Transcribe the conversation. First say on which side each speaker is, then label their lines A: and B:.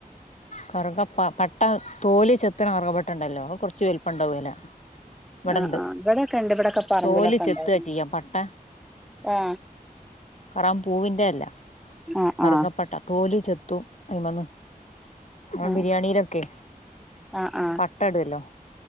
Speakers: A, on the left (about 50°); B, in the centre.
A: കറ്ക പ പട്ട തോല് ചെത്ത്ണാ കറ്കപട്ടണ്ടല്ലോ അത് കൊർച്ച് വൽപ്പം ണ്ടാവൊല വടണ്ട്
B: ആ ആ ഇവിടെയൊക്കെ ഇണ്ട് ഇവിടൊക്കെ പറമ്പിലൊക്കെ
A: തോല് ചെത്താ
B: ഉണ്ടായിരുന്നു
A: ചിയ്യാ പട്ട
B: ആ
A: കറാംപൂവിന്റെ അല്ല
B: ആ
A: കറ്കപ്പട്ട
B: ആ
A: തോല് ചെത്തും അയ്മന്ന് ആഹ്
B: ആ
A: ബിരിയാണിലോക്കെ
B: ആ ആ
A: പ ട്ടട്അല്ലോ